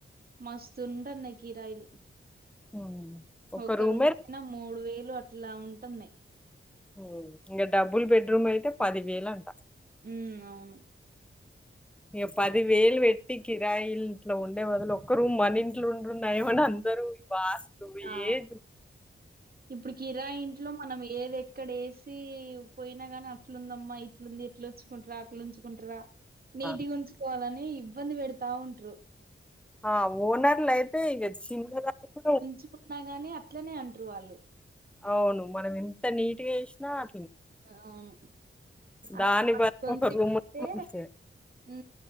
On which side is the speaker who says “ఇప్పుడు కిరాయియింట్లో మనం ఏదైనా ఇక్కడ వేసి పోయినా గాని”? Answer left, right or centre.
Right